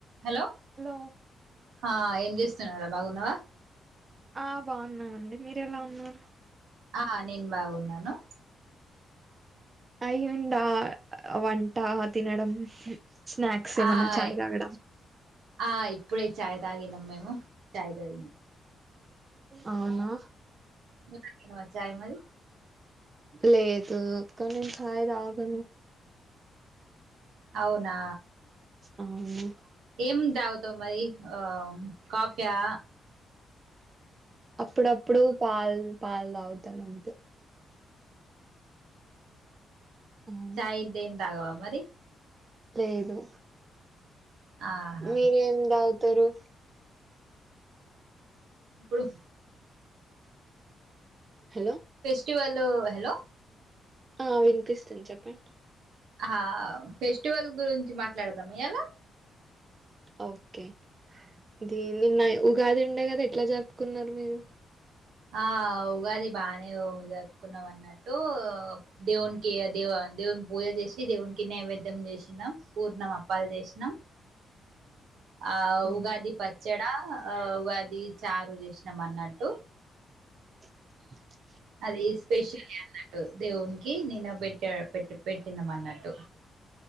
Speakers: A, on the right; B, on the right.
A: Hello
B: hello
A: హ ఏం చేస్తున్నవ్రా బాగున్నవా.
B: ఆ బాఉన్నానండి మీరెలా ఉన్నారు.
A: ఆ నేను బాగున్నాను.
B: అయిందా ఆ వంట తినడం. స్నాక్స్ ఏమన్నా
A: ఆయ్
B: చాయ్ తాగడం
A: ఆ ఇప్పుడే ఛాయ్. తాగినం మేము ఛాయ్ దాగినం
B: అవునా
A: నువ్వు తాగినవా చాయ్ మరి
B: లేదు అక్క నేన్ ఛాయ్ తాగాను.
A: అవునా
B: అవును
A: ఏం దాగుతావ్ మరి ఆ కాఫయా.
B: అప్పుడప్పుడు పాల్ పాల్దాగుతాను అంతే. అవును
A: ఛాయ్ ఇంకేం తాగవా మరి
B: లేదు
A: ఆహా
B: మీరేం దాగుతరు
A: ఇప్పుడు
B: హలో
A: టువెల్లో హలో
B: ఆ వినిపిస్తుంది చెప్పండి
A: ఆ ఫెస్టివల్ గురించి మాట్లాడదామియాల
B: ఓకే ది నిన్న ఉగాది ఉండే కదా ఎట్లా జరుపుకున్నరు మీరు.
A: ఆ ఉగాది బానే ఉ చేసుకున్నం అన్నట్టు దేవునికి దేవ్ దేవుని పూజ చేసి, దేవునికి నైవేద్యం చేశినాం, పూర్ణం అప్పాలు చేశినాం. ఆ
B: అవును
A: ఉగాది పచ్చడా, ఆ ఉగాది చారు చేసినం అన్నట్టు.
B: ప్చ్ చ
A: అది స్పెషల్లీ అన్న ట్టు. దేవునికి నిన్న పెట్ట, పెట్టి పెట్టినం అన్నట్టు.